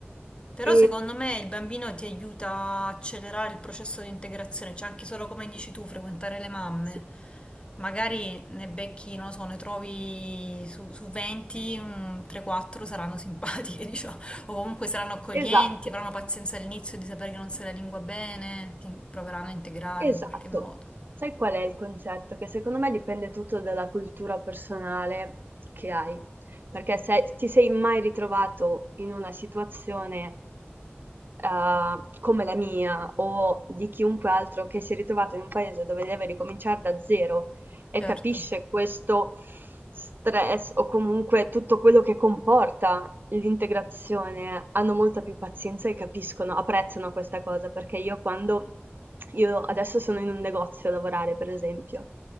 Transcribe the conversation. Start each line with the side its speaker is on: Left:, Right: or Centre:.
Left: Però
Right: E
Left: secondo me il bambino ti aiuta a accelerare il processo di integrazione, cioè anche solo come dici tu, frequentare le mamme.
Right: sì,
Left: Magari ne becchi, non lo so, ne trovi su, su 20, 3-4 saranno simpatiche, <laughs> diciamo, o comunque saranno accoglienti,
Right: esatto,
Left: avranno pazienza all'inizio di sapere che non sai la lingua bene, ti proveranno a integrare
Right: esatto.
Left: in qualche modo.
Right: Sai qual è il concetto? Che secondo me dipende tutto dalla cultura personale che hai. Perché se ti sei mai ritrovato in una situazione eh, come la mia o di chiunque altro che si è ritrovato in un paese dove deve ricominciare da zero e
Left: Certo.
Right: capisce questo stress o comunque tutto quello che comporta l'integrazione, hanno molta più pazienza e capiscono, apprezzano questa cosa, perché io quando io adesso sono in un negozio a lavorare, per esempio,